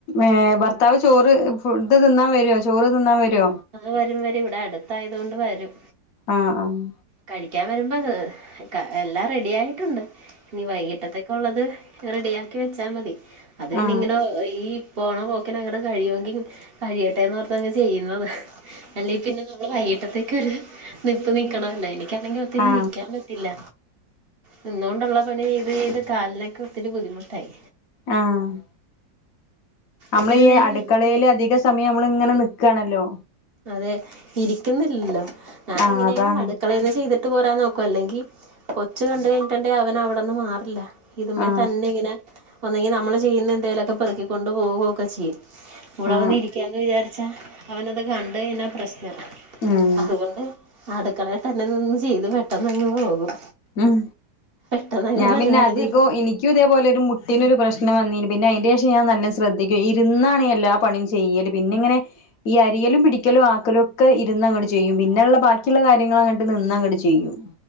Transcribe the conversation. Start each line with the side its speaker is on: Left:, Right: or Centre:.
Left: ഏ ഭർത്താവ് ചോറ് ഫുഡ് തിന്നാൻ വരോ ചോറ് തിന്നാൻ വരോ
Right: അത് വരും വരും ഇവിടെ അടുത്ത് ആയതുകൊണ്ട് വരും
Left: ആഹ് ആഹ്
Right: കഴിക്കാൻ വരുമ്പോ എല്ലാം റെഡി ആയിട്ടുണ്ട് ഇനി വൈകിട്ടത്തക്ക് ഒള്ളത് റെഡിയാക്കി വെച്ചാ മതി അത് പിന്നെഇങ്ങനെ
Left: ആ
Right: ഈ പോണ പോക്കിന് അങ്ങന കഴിയുമെങ്കിൽ കഴിയട്ടെന്ന് ഓർത്തങ്ങ് ചെയ്യുന്നത് അല്ലെ പിന്നെ നമ്മള് വൈകിട്ടത്തേക്ക് ഒരു നിപ്പ് നിക്കണമല്ലോ എനിക്കാണെങ്കിൽ ഒത്തിരി
Left: ആ ആ
Right: നിക്കാനും പറ്റ ത്തില്ല നിന്നുകൊണ്ടുള്ള പണി ചെയ്ത് ചെയ്ത് കാലിനൊക്കെ ഒത്തിരി ബുദ്ധിമുട്ടായി
Left: ആഹ് നമ്മള്
Right: ഒത്തിരി
Left: ഈ
Right: നേരം
Left: അടുക്കളേല്
Right: നിക്കുമ്പോഴേ
Left: അധികം സമയം നമ്മള് ഇങ്ങനെ നിക്കാണല്ലോ
Right: അതെ ഇരിക്കുന്നില്ലല്ലോ ഞാന
Left: ആ
Right: എങ്ങനെയ
Left: അതാണ്
Right: അടുക്കളേന്ന് ചെയ്തിട്ട ഇട്ട് പോരാൻ നോക്കും അല്ലെങ്കിൽ കൊച്ച് കണ്ടുകഴിഞ്ഞട്ടുണ്ടെിൽ അവൻ അവിടെന്ന് മാറില്ല ഇതുമേ
Left: ആ
Right: തന്നെ ഇങ്ങനെ ഒന്നെങ്കി നമ്മള് ചെയ്യുന്ന എന്തേലുമൊക്കെ പെറുക്കിക്കൊണ്ട് പോവുകയൊക്കെ ചെയ്യും ഇവിടെ
Left: ആ ആ
Right: വന്ന് ഇരിക്കാന്ന് വിചാരിച്ചാ അവനത് കണ്ട് കഴിഞ്ഞാ പ്രശ്നാ
Left: ഉം
Right: അതുകൊണ്ട് അടുക്കളയി തന്നെ നിന്ന് ചെയ്ത് പെട്ടെന്ന് അങ്ങ് പോകും
Left: ഉം
Right: പെട്ടെന്നങ്ങ്
Left: ഞാൻ
Right: പരിപാടി
Left: പിന്നെ അധികം
Right: തീർ
Left: എനിക്ക് ഇനിക്കുംഇതേപോലെ ഒരു മുട്ടിന് ഒരു പ്രശ്നം വന്നീന്നു പിന്നെ അതിന്റെ ശേഷംഞാൻ നല്ല ശ്രദ്ധിക്കും ഇരുന്നാണ് എല്ലാ പണിയും ചെയ്യല് പിന്നെ ഇങ്ങനെ ഈ അരിയലും പിടിക്കലും ആക്കലും ഒക്കെ ഇരുന്ന് അങ്ങട്ട് ചെയ്യും പിന്നെയള്ള ബാക്കിയുള്ള കാര്യങ്ങൾ അങ്ങോട്ട് നിന്ന് അങ്ങട്ട് ചെയ്യും